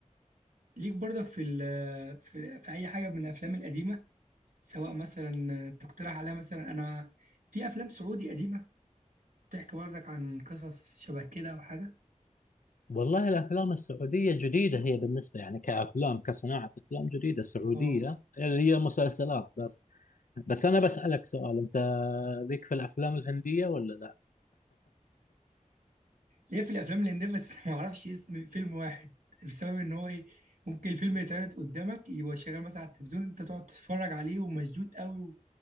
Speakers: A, on the right; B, on the left.
A: ليك برضك في ال في, في اي حاجه من الافلام القديمه سواء مثلا تقترح عليها مثلا انا في افلام سعودي قديمه بتحكي برضك عن قصص شبه كده او حاجه
B: والله الافلام السعوديه جديده هي بالنسبه يعني كافلام كصناعه افلام جديده سعوديه
A: اه
B: اللي هي مسلسلات بس بس انا بسالك سؤال انت ليك في الافلام الهنديه ولا لا؟
A: ليه في الافلام الهنديه بس <laughs> ما اعرفش اسم فيلم واحد بسبب ان هو ايه ممكن الفيلم يتعرض قدامك يبقى شغال مثلا على التلفزيون انت تقعد تتفرج عليه ومشدود قوي و...